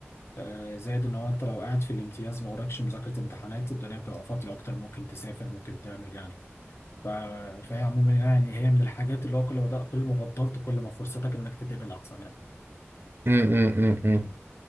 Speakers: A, on the left; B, on the right.
A: آه، زائد ان هو انت لو قاعد في الامتياز ما وراكش مذاكرة امتحانات الدنيا بتبقى فاضية اكتر ممكن تسافر ممكن تعمل يعني ف... فهي عموما يعني هي من الحاجات اللي هو كل ما دق- كل ما بدرت كل ما فرصتك انك تتقبل احسن يعني
B: امم امم امم